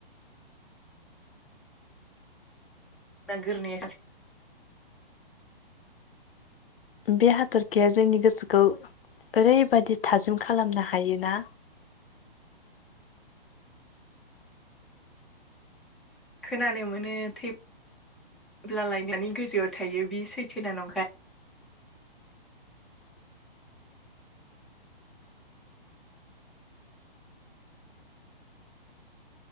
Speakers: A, in the centre; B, on the left.
A: गोरनि
B: बे हाथरखिाया जोंनि गोसोखौ ओरैबाददि थाजिम खालामनो हायो। ना?
A: खोनानो मोनो थै जेब्ला लायनानै गोजौआव थायो बि सैथोना नंखाय